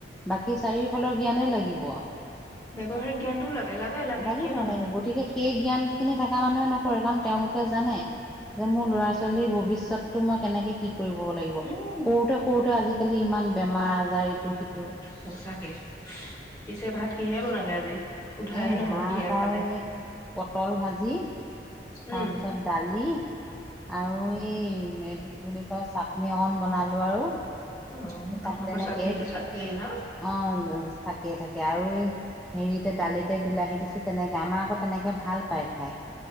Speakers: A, in the centre; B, on the left.
A: বাকী চাৰিওফালৰ জ্ঞানেই লাগিব
B: ব্যৱহাৰিক জ্ঞানটোও লাগে লাগে লাগে
A: লাগিব
B: কিয় নালাগে
A: লাগিব গতিকে সেই জ্ঞান খিনি থকা মানুহে নকৰে তেওঁলোকে জানে যে মোৰ ল'ৰা ছোৱালীৰ ভৱিষ্যতটো মই কেনেকে কি কৰিম কৰিব লাগিব
B: উম
A: সৰুতে সৰুতে আজিকালি ইমান বেমাৰ আজাৰ ইটো সিটো
B: সঁচাকে পিছে ভাত কিহে বনালে আজি সোধাই
A: এই
B: নহল
A: ভাত
B: কিহে
A: আৰু
B: খালে?
A: এই পটল ভাজি
B: উম
A: তাৰপিছত দালি আৰু এই মোলটো পৰিলে। ই চাটনি অকণ বনালো আৰু
B: অ আপোনালোকৰ
A: তাক তেনেকেই।
B: চাটনিটো থাকেই ন?
A: অ। থাকেইে থাকে আৰু এই হেৰিতে দালিতে বিলাহী দিছো তেনেকে আমাৰ আকৌ তেনেকে ভাল পাই খাই।